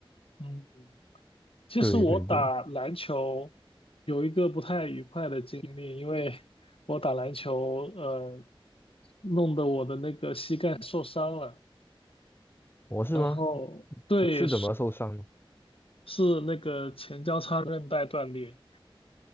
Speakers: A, on the left; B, on the left.
A: 嗯，其实我打篮球
B: 对对对，
A: 有一个不太愉快的经历，因为我打篮球，呃，弄得我的那个膝盖受伤了。
B: 我是吗？
A: 然后对，
B: 是怎么受伤的？
A: 是那个前交叉韧带断裂，